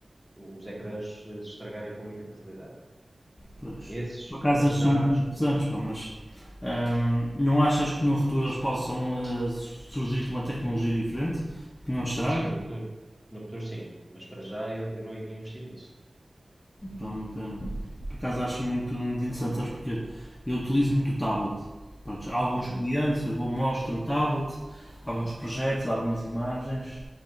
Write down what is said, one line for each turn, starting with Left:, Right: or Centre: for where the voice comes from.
Centre: os ecrãs eh, se estragarem com muita facilidade.
Left: Pois.
Centre: Esses,
Left: Por acaso
Centre: para já,
Left: esses são muito
Centre: acho
Left: interessantes, pá, mas ahm, não achas que no futuro eles possam ah, surgir com uma tecnologia diferente que não estrague?
Centre: que sim, no futuro, no futuro sim, mas para já eu, eu não iria investir nisso.
Left: Pá, uma pena. Por acaso acho muito, muito interessante, sabes porque eu utilizo muito o tablet. Pronto, há alguns
Centre: Uhum.
Left: clientes, eu vou mostro o tablet, alguns projetos, algumas imagens